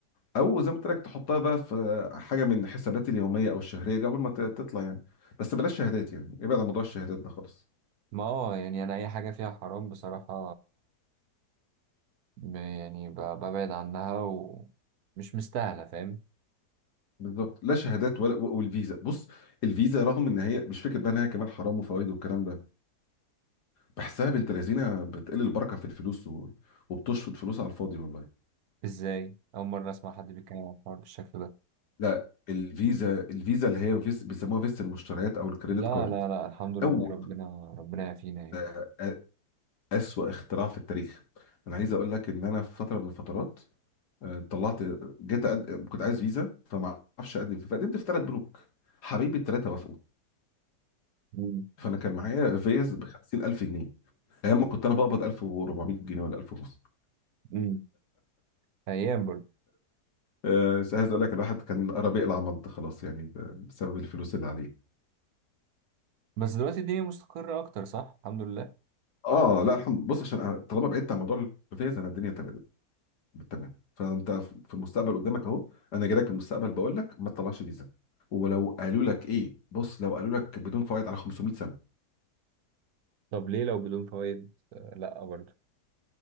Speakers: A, on the left; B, on the right.
A: او زي ما قلت لك تحطها بقى في أه، حاجه من حساباتي اليوميه او الشهريه دي قبل ما ت- تطلع يعني بس بلاش شهادات يعني ابعد عن موضوع الشهادات ده خالص
B: ما هو يعني انا اي حاجه فيها حرام بصراحه ب- يعني ب- ببعد عنها ومش مستاهله فاهم
A: بالظبط لا شهادات ولا و- والفيزا بص الفيزا رغم ان هي مش فكره بقى ان هي كمان حرام وفوائد والكلام ده بحسها بنت لذينه بتقل البركه في الفلوس و... وبتشفط فلوس على الفاضي والله
B: ازاي اول مره اسمع حد بيتكلم عن الحوار بالشكل ده
A: لا الفيزا الفيزا اللي هي فيس بيسموها فيزا المشتريات او الكريدت
B: لا
A: كارد
B: لا لا الحمد لله
A: اول
B: ربنا ربنا يعافينا يعني
A: آه، آه، اسوأ اختراع في التاريخ انا عايز اقول لك ان انا في فتره من الفترات آه، طلعت جيت أقد... كنت عايز فيزا فما اعرفش اقدم فيه فقدمت في ثلاث بنوك حبايبي الثلاثه وافقوا
B: امم
A: فانا كان معايا فيز ب 50000 جنيه ايام ما كنت انا بقبض 1400 جنيه ولا 1500
B: امم ايام برضه
A: أه بس عايز اقول لك الواحد كان قرب يقلع ملط خلاص يعني ب- بسبب الفلوس اللي عليه
B: بس دلوقتي الدنيا مستقره اكتر صح الحمد لله
A: اه لا الحمد بص عشان أنا طالما بعدت عن موضوع الفيز انا الدنيا تمام تمام فانت في المستقبل قدامك اهو انا جاي لك من المستقبل بقول لك ما تطلعش فيزا ولو قالوا لك ايه بص لو قالوا لك بدون فوائد على 500 سنه
B: طب ليه لو بدون فوائد آه، لا برضه